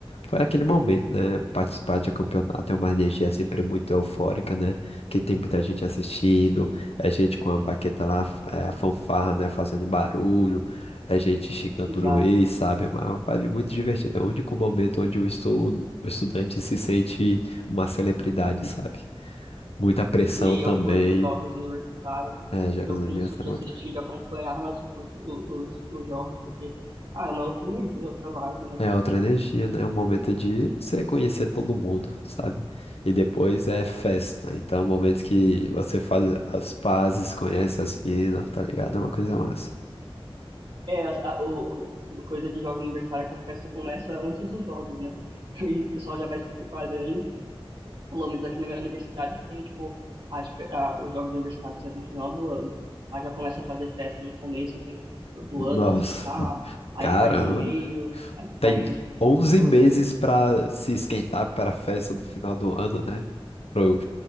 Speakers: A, on the left (about 85°); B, on the right (about 55°).
A: foi aquele momento, né? Participar de um campeonato é uma energia sempre muito eufórica, né? Que tem muita gente assistindo, é gente com a baqueta lá, é, a fanfarra, né? Fazendo barulho, é gente xingando
B: Exato.
A: o Luiz, sabe? É uma vibe muito divertida. É o único momento onde o, estu, o estudante se sente uma celebridade, sabe? Muita pressão
B: Se
A: também.
B: eu curto jogos universitários,
A: É, jogos
B: eu
A: do
B: que
A: aniversário.
B: não sou de assistir, de acompanhar, mas eu curto o- os, os jogos porque, ah, é uma outra energia, outra vibe, né?
A: É outra energia, né? É um momento de você conhecer todo mundo, sabe? E depois é festa. Então, é um momento que você faz as pazes, conhece as meninas, tá ligado? É uma coisa massa.
B: É, as- a, o, coisa de jogos universitário é que a festa começa antes dos jogos, né? <laughs> E o pessoal já vai se preparando Pelo menos aqui na minha universidade tem, tipo, as, fe- ah, os jogos universitários é no final do ano. Mas já começa a fazer festa no começo, assim, tipo, do
A: Nossa,
B: ano pra esquentar. Aí
A: caramba.
B: faz no meio, aí
A: Tem
B: faz, tipo,
A: 11
B: durante.
A: meses pra se esquentar para a festa do final do ano, né? Pro,